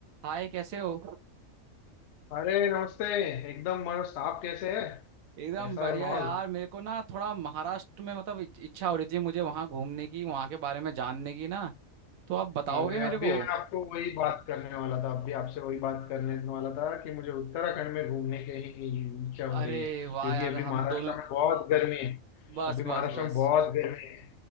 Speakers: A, on the right; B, on the left.
A: हाय कैसे हो
B: अरे नमस्ते एकदम मस्त आप कैसे हैं
A: एकदम
B: कैसा
A: बढ़िया
B: है माहौल
A: यार मेरे को ना थोड़ा महाराष्ट्र में मतलब इच- इच्छा हो रही थी मुझे वहाँ घूमने की वहाँ के बारे में जानने की ना तो आप बताओगे
B: अरे
A: मेरे
B: अभी
A: को
B: मैं आपको वही बात करने वाला था अभी आपसे वही बात करने वाला था कि मुझे उत्तराखंड में घूमने की ही इच्छा हो
A: अरे
B: रही है
A: वाह
B: क्योंकि
A: यार
B: अभी
A: हम
B: महाराष्ट्र
A: दोनों
B: में बहुत गर्मी है
A: बस
B: अभी महाराष्ट्र
A: बस बस
B: में बहुत गर्मी है